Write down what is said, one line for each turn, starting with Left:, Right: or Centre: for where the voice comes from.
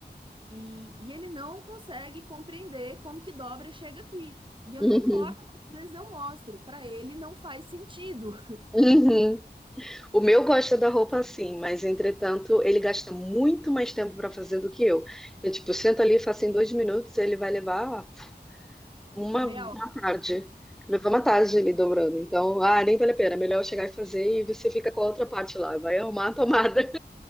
Right: E, e ele não consegue compreender como que dobra e chega aqui. E eu
Centre: Uhum.
Right: não importa quantas vezes eu mostre, pra ele não faz sentido. <laughs>
Centre: Uhum. O meu gosta da roupa assim, mas entretanto ele gasta muito mais tempo para fazer do que eu. Eu, tipo, sento ali, faço em dois minutos, ele vai levar uma,
Right: Meia
Centre: uma tarde. Levar uma tarde ali dobrando. Então, ah, nem vale a pena. Melhor eu chegar e fazer e você fica com a outra parte lá. Vai arrumar a tomada.